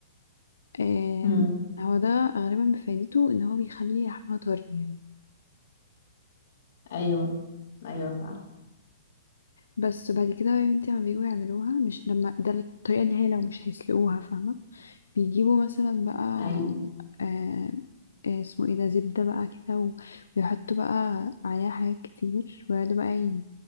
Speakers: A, on the left; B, on the left.
A: آه
B: امم
A: هو ده غالبا بفايدته ان هو بيخلي لحمها طري يعني
B: ايوه ايوه فعلا
A: بس بعد كده بقى يا بنتي لما بيجوا يعملوها مش لما ده الطريقة اللي هي لو مش هيسلقوها فاهمة بيجيبوا مثلا بقى
B: ايوه
A: آه آه، اسمه ايه ده زبدة بقى كده و- ويحطوا بقى عليها حاجات كتير ويقعدوا بقى ي-